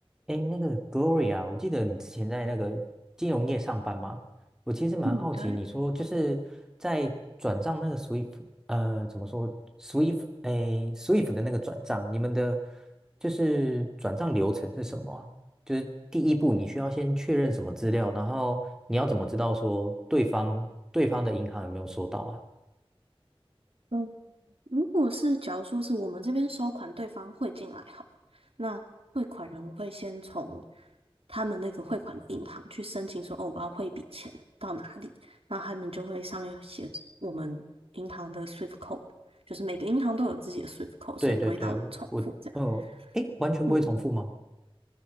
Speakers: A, in the centre; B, on the right.
A: 哎，那个 Gloria，我记得你之前在那个金融业上班嘛，我其实蛮好奇，
B: 嗯，对，
A: 你说就是在转账那个 SWIFT，呃，怎么说 SWIFT，哎，SWIFT 的那个转账，你们的就是转账流程是什么啊？就是第一步你需要先确认什么资料，然后你要怎么知道说对方对方的银行有没有收到啊？
B: 嗯，如果是假如说是我们这边收款，对方汇进来好了，那汇款人我会先从他们那个汇款的银行去申请说，哦，我要汇一笔钱到哪里，那他们就会上面写我们银行的 SWIFT code，就是每个银行都有自己的 SWIFT code，
A: 对对对，
B: 所以不会到重复这样。
A: 我，嗯，哎，完全不会重复吗？
B: 嗯，